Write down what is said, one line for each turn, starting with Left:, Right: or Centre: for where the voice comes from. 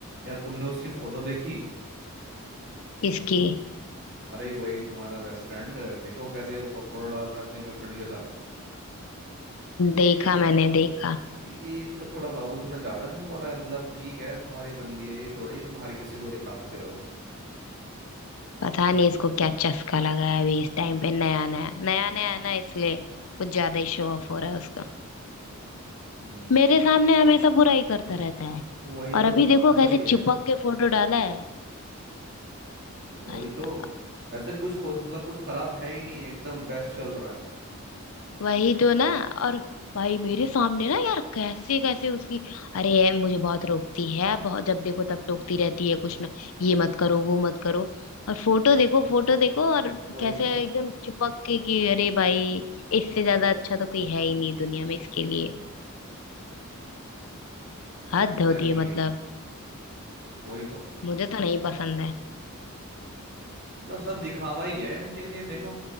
Right: या तुमने उसकी फोटो देखी
Left: इसकी
Right: अरे वही तुम्हारा बेस्ट फ्रेंड देखो कैसे वो कपड़ा डाल रहा है अपनी गर्लफ्रेंड के साथ ये
Left: देखा
Right: ये
Left: मैंने देखा
Right: ये इनका थोड़ा बाबू सुना ज्यादा नहीं हो रहा है मतलब ठीक है तुम्हारी बंदी है ये थोड़ी तुम हर किसी को दिखाते फिरोगे
Left: पता नहीं इसको क्या चस्का लगा है अभी इस टाइम पे नया नया नया नया है ना इसलिए कुछ ज्यादा ही शो ऑफ हो रहा है उसका
Right: हम्म
Left: मेरे सामने हमेशा बुरा ही करता रहता है
Right: वही
Left: और
Right: तो
Left: अभी देखो
Right: नकली
Left: कैसे
Right: है
Left: चिपक के फोटो डाला है
Right: वही
Left: भाई
Right: तो
Left: साहब
Right: ऐसे कुछ हो मतलब कुछ खराब है ही नहीं एकदम बेस्ट चल रहा है
Left: वही तो ना और भाई मेरे सामने ना यार कैसे कैसे उसकी अरे ये मुझे बहुत टोकती है बहुत जब देखो तब टोकती रहती है कुछ ना ये मत करो वो मत करो और फोटो देखो फोटो देखो और
Right: वही
Left: कैसे
Right: तो
Left: एकदम चिपक के कि अरे भाई इससे ज्यादा अच्छा तो कोई है ही नहीं दुनिया में इसके लिए हद
Right: Exactly
Left: होती है मतलब
Right: exactly. वही तो
Left: मुझे तो नहीं पसंद है
Right: मतलब सब दिखावा ही है इनके लिए देखो